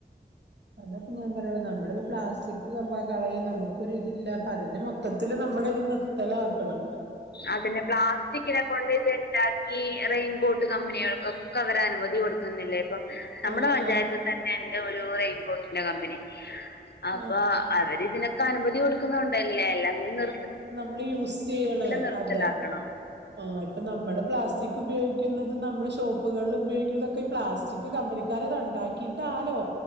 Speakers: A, on the right; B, on the left.
A: അതപ്പ ഞാൻ പറയണ നമ്മളിപ്പോ പ്ലാസ്റ്റിക് കളയ നമുക്കൊ ര് ഇതില്ല അപ്പ അതിന്റെ മൊത്തത്തില് നമ്മുടെ ഇത് നി ർത്താലക്കണം
B: അതന്നെ പ്ലാസ്റ്റിക്കിനെ കൊണ്ട് ഇത് ണ്ടാ ഈ റെയിൻകോട്ട് കമ്പനികൾക്കൊക്കെ അവര് അനുമതി കൊടുക്കുന്നില്ലേ ഇപ്പം നമ്മുടെ
A: ആഹ്
B: പഞ്ചായത്ത് തന്നെ എന്റെ ഒരു റെയിൻകോട്ടിന്റെ കമ്പനി അപ്പൊ
A: ആഹ്
B: അവരി ഇതിന പ്പ അനുമതി കൊടുക്കുന്നണ്ടല്ലേ അല്ല അങ്ങനെ നി
A: നമ്മളീയൂസ് ചെയ്യണഅതെ
B: നിർത്തലാക്കണം
A: ഓ ഇപ്പൊ നമ്മുടെ പ്ലാസ്റ്റിക് ഉപയോഗിക്കുന്നത് നമ്മുടെ ഷോപ്പുകളിൽ ഉപയോഗിക്കുന്ന തൊക്കെ ഈ പ്ലാസ്റ്റിക് കമ്പനി എന്നരം ഉണ്ടാക്കിട്ടാലോ